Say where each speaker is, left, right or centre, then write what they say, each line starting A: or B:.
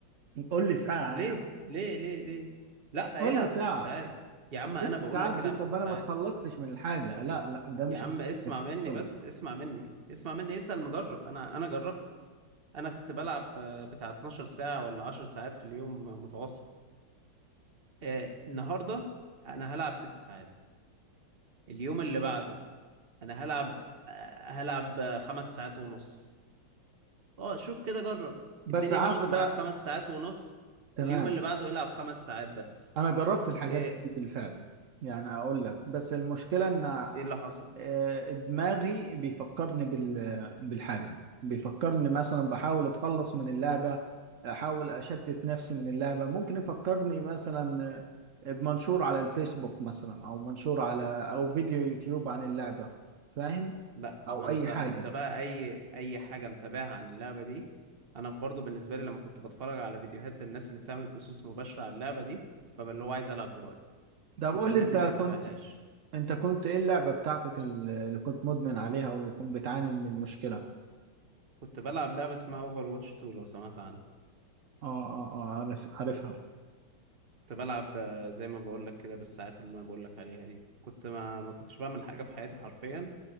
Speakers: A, on the right; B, on the right.
A: قول لي ساعة
B: ليه
A: يعني
B: ليه ليه ليه لا
A: قول
B: العب
A: لي ساعة
B: 6 ساعات يا عم انا
A: ست
B: بقول
A: ساعات
B: لك
A: دي
B: العب
A: طب
B: 6
A: انا
B: ساعات
A: ما اتخلصتش من الحاجة لا لا ده مش
B: يا عم اسمع مني
A: خلص
B: بس اسمع مني اسمع مني اسأل مجرب انا انا جربت انا كنت بلعب آه، بتاع 12 ساعه ولا 10 ساعات في اليوم متوسط آه، النهارده انا هلعب ست ساعات اليوم اللي بعده انا هلعب آه، هلعب آه، خمس ساعات ونص اه شوف كده جرب
A: بس
B: الدنيا
A: عارف
B: مشيت
A: ده
B: معاك خمس ساعات ونص
A: تمام
B: اليوم اللي بعده العب خمس ساعات بس
A: انا جربت الحاجات
B: ايه
A: دي بالفعل يعني اقول لك بس المشكلة ان
B: ايه اللي حصل
A: آه، دماغي بيفكرني بال... بالحاجة بيفكرني مثلا بحاول اتخلص من اللعبة احاول اشتت نفسي من اللعبة ممكن يفكرني مثلا آه، بمنشور على الفيسبوك مثلا او منشور على او فيديو يوتيوب عن اللعبة فاهم
B: لا ما
A: او
B: انت
A: اي حاجه
B: انت بقى اي اي حاجه متابعها عن اللعبه دي انا برضو بالنسبه لي لما كنت بتفرج على فيديوهات الناس اللي بتعمل بثوث مباشره على اللعبه دي ببقى اللي هو عايز العب دلوقتي
A: ده بقول
B: انت الناس
A: لي انت
B: دي
A: كنت
B: ما تتابعهاش
A: انت كنت ايه اللعبه بتاعتك اللي كنت مدمن عليها واللي كنت بتعاني من المشكله اه
B: كنت بلعب لعبه اسمها اوفر واتش 2 لو سمعت عنها
A: اه اه عارف عارفها
B: كنت بلعب آه، زي ما بقول لك كده بالساعات اللي انا بقول لك عليها دي كنت ما ما كنتش بعمل حاجه في حياتي حرفيا